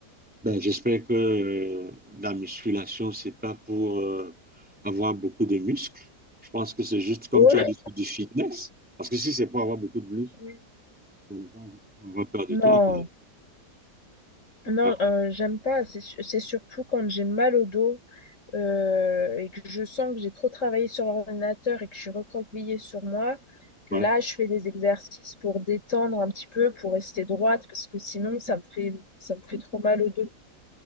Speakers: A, in the centre; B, on the left.
A: Ben, j'espère que euh, la musculation, c'est pas pour euh, avoir beaucoup de muscles. Je pense que c'est juste comme
B: Oh,
A: tu as dit, c'est du fitness. Parce que si c'est pour avoir beaucoup de muscles,
B: Oui.
A: les gens vont avoir peur de
B: Non.
A: toi quand même.
B: Non,
A: Ah,
B: euh, j'aime pas. C'est su- c'est surtout quand j'ai mal au dos euh, et que je sens que j'ai trop travaillé sur l'ordinateur et que je suis recroquevillée sur moi, que
A: ouais.
B: là, je fais des exercices pour détendre un petit peu, pour rester droite, parce que sinon, ça me fait, ça me fait trop mal au dos.